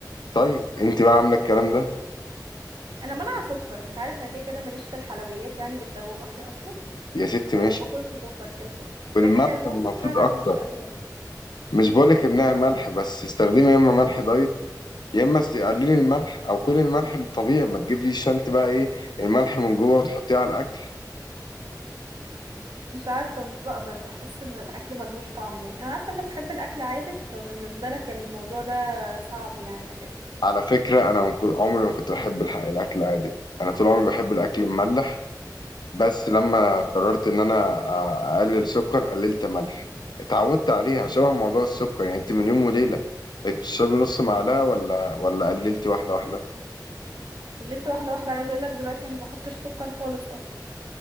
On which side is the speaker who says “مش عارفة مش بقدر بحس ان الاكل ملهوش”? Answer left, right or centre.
Right